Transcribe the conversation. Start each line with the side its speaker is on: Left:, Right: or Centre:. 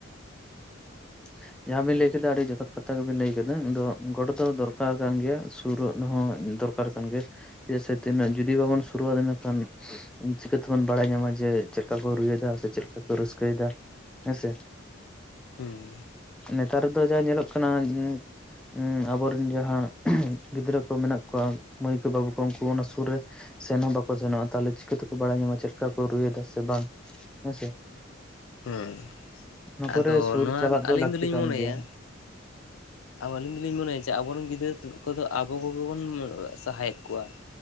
Centre: <inaudible> ᱡᱟᱦᱟᱸᱵᱤᱱ ᱞᱟᱹᱭ ᱠᱮᱫᱟ ᱟᱹᱰᱤ ᱡᱚᱛᱷᱟᱛ ᱠᱟᱛᱷᱟ ᱜᱮᱵᱤᱱ ᱞᱟᱹᱭ ᱠᱮᱫᱟ᱾ ᱟᱫᱚ ᱜᱚᱲᱚ ᱫᱚ ᱫᱚᱨᱚᱠᱟᱨ ᱠᱟᱱ ᱜᱮᱭᱟ᱾ ᱥᱩᱨᱚᱜ ᱨᱮᱦᱚᱸ ᱫᱚᱨᱠᱟᱨ ᱠᱟᱱ ᱜᱮᱭᱟ ᱪᱮᱫᱟᱜ ᱥᱮ ᱛᱤᱱᱟᱹᱜ ᱡᱩᱫᱤ ᱵᱟᱵᱚᱱ ᱥᱩᱨᱩᱜ-ᱟ ᱟᱫᱚ ᱤᱱᱟᱹ ᱠᱷᱟᱱ ᱪᱤᱠᱟᱹᱛᱮᱵᱚᱱ ᱵᱟᱲᱟᱭ ᱧᱟᱢᱟ ᱡᱮ ᱪᱮᱫᱠᱟ ᱠᱚ ᱨᱩᱭᱮᱫᱟ ᱥᱮ ᱪᱮᱫ ᱞᱮᱠᱟ ᱠᱚ ᱨᱟᱹᱥᱠᱟᱹᱭᱫᱟ ᱦᱮᱸ ᱥᱮ?
Left: ᱦᱩᱸ
Centre: ᱱᱮᱛᱟᱨ ᱫᱚ ᱡᱟ ᱧᱮᱞᱚᱜ ᱠᱟᱱᱟ ᱩᱸ ᱩᱸ ᱟᱵᱚᱨᱮᱱ ᱡᱟᱦᱟᱸ ᱜᱤᱫᱽᱨᱟᱹ ᱠᱚ ᱢᱮᱱᱟᱜ ᱠᱚᱣᱟ ᱢᱟᱹᱭ ᱠᱚ ᱵᱟᱹᱵᱩ ᱠᱚ ᱩᱱᱠᱩ ᱚᱱᱟ ᱥᱩᱨ ᱨᱮ ᱥᱮᱱ ᱦᱚᱸ ᱵᱟᱠᱚ ᱥᱮᱱᱚᱜᱼᱟ ᱛᱟᱦᱚᱞᱮ ᱪᱤᱠᱟᱹ ᱛᱮᱠᱚ ᱵᱟᱲᱟᱭ ᱧᱟᱢᱟ ᱪᱮᱫ ᱞᱮᱠᱟ ᱠᱚ ᱨᱩᱭᱮᱫᱟ ᱥᱮ ᱵᱟᱝ ᱦᱮᱸᱥᱮ।
Left: ᱦᱮᱸ
Centre: ᱚᱱᱟ ᱠᱚᱨᱮ
Left: ᱟᱫᱚ
Centre: ᱥᱩᱨ
Left: ᱱᱚᱣᱟᱫ
Centre: ᱪᱟᱞᱟᱜ ᱫᱚ
Left: ᱟᱹᱞᱤᱧ
Centre: ᱞᱟᱹᱠᱛᱤ
Left: ᱫᱚᱞᱤᱧ
Centre: ᱠᱟᱱ
Left: ᱢᱚᱱᱮᱭᱟ
Centre: ᱜᱮᱭᱟ
Left: ᱟᱵ ᱟᱹᱞᱤᱧ ᱫᱚᱞᱤᱧ ᱢᱚᱱᱮᱭᱟ ᱡᱮ ᱟᱵᱚᱨᱮᱱ ᱜᱤᱫᱽᱟᱹᱨᱟ ᱠᱚᱫᱚ ᱟᱵᱚ ᱠᱚᱜᱮ ᱵᱚᱱ ᱥᱟᱦᱟᱭᱮᱫ ᱠᱚᱣᱟ᱾